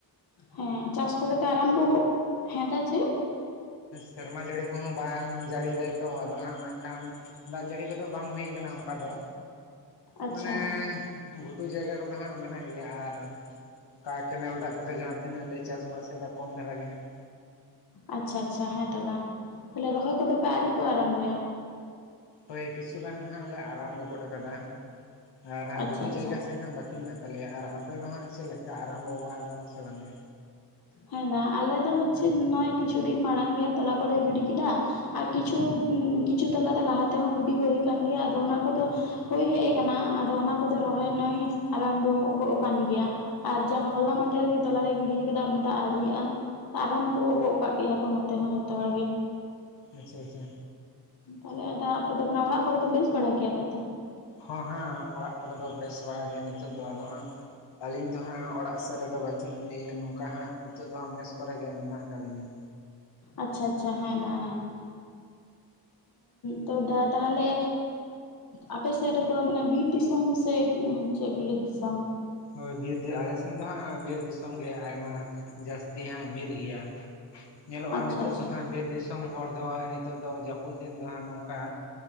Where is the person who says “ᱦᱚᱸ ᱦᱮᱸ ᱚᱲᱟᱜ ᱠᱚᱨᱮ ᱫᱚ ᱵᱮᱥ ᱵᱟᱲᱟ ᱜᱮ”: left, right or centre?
Left